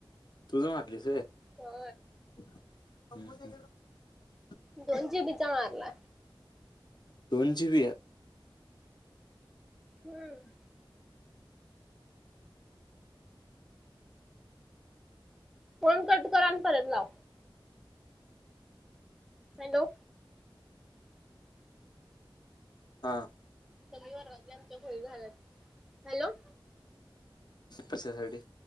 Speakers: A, on the left; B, in the centre.
A: तूझ मारलीस
B: हो
A: सप
B: दोन जीबीचा मारला
A: दोन जीबी
B: हम्म फोन कट करा आणि परत लाव हॅलो
A: हा
B: कमी वर्वातल्या आमच्या खळी झाालात हॅलो
A: पैशासाठी